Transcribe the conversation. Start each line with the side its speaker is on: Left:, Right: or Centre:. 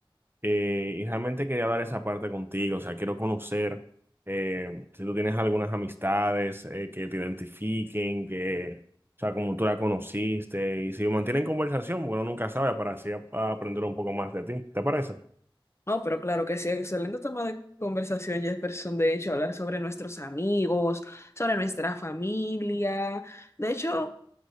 Right: Eh, y realmente quería hablar esa parte contigo, o sea, quiero conocer eh, si tú tienes algunas amistades eh, que te identifiquen, que, o sea, como tú la conociste, y si mantienen conversación, bueno, nunca sabe, para así a- a aprender un poco más de ti, ¿te parece?
Left: No, pero claro que sí, excelente tema de conversación Jefferson, de hecho, hablar sobre nuestros amigos, sobre nuestra familia. De hecho,